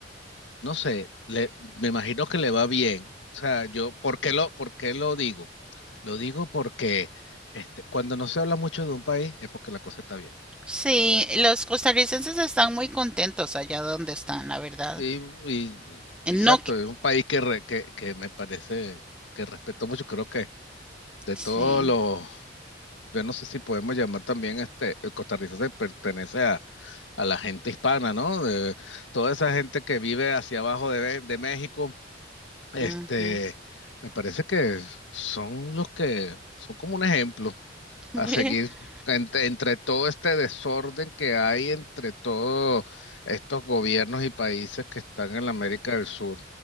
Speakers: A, on the left; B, in the centre.
A: no sé, le, me imagino que le va bien. O sea, yo, ¿por qué lo, por qué lo digo? Lo digo porque este, cuando no se habla mucho de un país es porque la cosa está bien.
B: sí, los costarricenses están muy contentos allá donde están, la verdad.
A: Y, y-
B: Eh,
A: exacto,
B: No, qui-
A: es un país que, re- que, que me parece que respeto mucho. Creo que de
B: sí.
A: todos los yo no sé si podemos llamar también este, eh, Costa Rica se pertenece a, a la gente hispana, ¿no? De, toda esa gente que vive hacia abajo de, de México, este,
B: ujú.
A: me parece que son los que son como un ejemplo
B: <laughs>
A: a seguir entre, entre todo este desorden que hay entre todos estos gobiernos y países que están en la América del Sur,